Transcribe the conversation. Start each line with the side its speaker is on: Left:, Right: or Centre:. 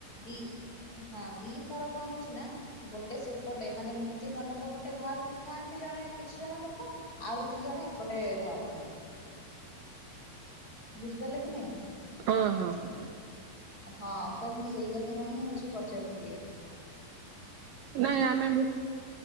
Left: ଦି। ହଁ ଦିଥର କଣ ହେଇଛି ନା ଗୋଟେ ସେପଟେ ମାନେ ମୁକ୍ତି ମଣ୍ଡପ ପଟେ ବାହାରୁଥାନ୍ତି ଜଣେ କିଛି ଜଣ ଲୋକ। ଆଉ କିଛି ଜଣ ଏପଟେ ବାହାରିଥାନ୍ତି। ବୁଝିପାରିଲ କି ନାଇଁ।
Right: ହଁ ହଁ।
Left: ହଁ ତ ମୁଁ ସେଇ କଥା ଟା ହିଁ ହଉଚି ପଚାରୁିଥିଲି।
Right: ନାଇଁ ଆମେ ଆମେ